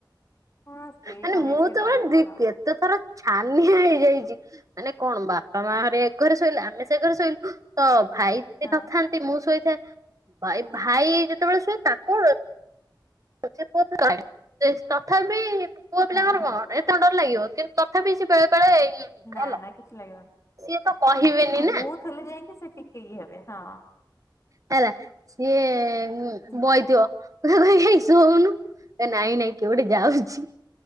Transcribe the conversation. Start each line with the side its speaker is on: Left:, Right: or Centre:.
Left: ହଁ ସେଇଟା
Right: ମାନ
Left: ବେଶୀ
Right: ମୁଁ ତ
Left: ଡର
Right: ମୋର
Left: ଛାଡ
Right: ଦି କେତେ ଥର ଛାନିଆ ହେଇଯାଇଛି। ମାନେ କଣ ବାପା ମାଆ ହେରିକା ଏ ଘରେ ଶୋଇଲେ ଆମେ ସେ ଘରେ ଶୋଇଲୁ। ତ
Left: ହଁ
Right: ଭାଇ ଯଦି
Left: ହଁ
Right: ନଥାନ୍ତି ମୁଁ ଶୋଇଥାଏ ଭାଇ, ଭାଇ ଯେତେବେଳେ ଶୁଏ ତାକୁ <inaudible> ତଥାପି ପୁଅ ପିଲାଙ୍କର
Left: ହଁ ହଁ
Right: କଣ ଏତେ କଣ ଡର ଲାଗିବ କିନ୍ତୁ ତଥାପି ସେ ବେଳେ ବେଳେ ଇଏ ହେଇଯାଏ
Left: ନା
Right: ହେଲା।
Left: ନା କିଛି ଲାଗିବନି।
Right: ସିଏ ତ କହିବେନି
Left: ହଁ
Right: ନା।
Left: ବହୁତ ହେଲେ ଯାଇକି ସେ ଟିକେ ଏ ହେବେ, ହଁ।
Right: ହେଲା, ସିଏ
Left: ହୁଁ।
Right: ବଇଥିବ। ହୋଇ ହେଇ ହେଇ ଶୋଉନୁ, ଏ ନାଇଁ-ନାଇଁ କିଏ ଗୋଟେ ଯାଉଛି।